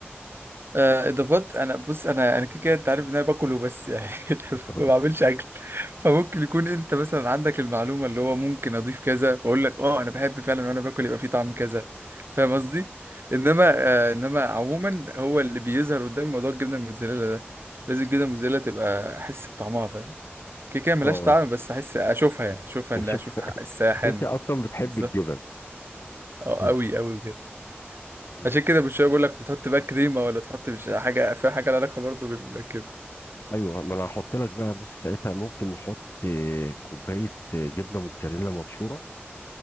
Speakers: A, on the right; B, on the left.
A: آه، اضافات انا بص انا انا كده كده انت عارف ان انا باكل وبس يعني <laughs>
B: <laughs>
A: ما بعملش اكل فممكن يكون انت مثلا عندك المعلومه اللي هو ممكن اضيف كذا فاقول لك اه انا بحب فعلا وانا باكل يبقى فيه طعم كذا فاهم قصدي انما آه انما عموما هو اللي بيظهر قدامي موضوع الجبنه الموتزاريلا ده لازم الجبنه الموتزاريلا تبقى احس بطعمها فاهم كده كده ملهاش
B: اه
A: طعم بس احس اشوفها يعني اشوفها ان اشوف
B: شوف
A: الساحن
B: أنت أصلا بتحب
A: بالظبط
B: الجبن
A: اه
B: مم.
A: قوي قوي بجد
B: مم.
A: عشان كده مش بقول لك بتحط بقى كريمه ولا تحط مش حاجه فيها حاجه لها علاقه برضه بال كده
B: أيوه ما أنا هحط لك بقى بص ساعتها ممكن نحط آه، كوباية آه، جبنة موتزاريلا مبشورة